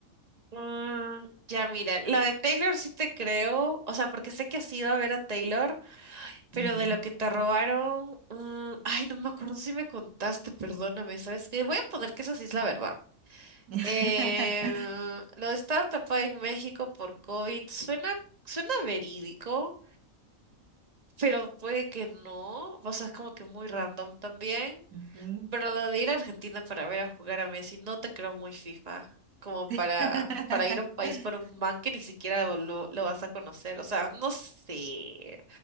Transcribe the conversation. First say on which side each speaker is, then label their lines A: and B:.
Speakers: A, on the right; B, on the right.
A: mm, ya mira, la de Taylor sí te creo, o sea, porque sé que has ido a ver a Taylor, pero
B: Ujú.
A: de lo que te robaron, mm, ay, no me acuerdo si me contaste, perdóname, ¿sabes qué? Voy a poner que esa sí es la verdad.
B: <laughs>
A: Eh, lo de estar atrapada en México por COVID suena, suena verídico, pero puede que no, o sea, es como que muy random también.
B: Ujú.
A: Pero lo de ir a Argentina para ver a jugar a Messi, no te creo muy FIFA, como para,
B: <laughs>
A: para ir a un país por un man que ni siquiera lo, lo- vas a conocer. O sea, no sé.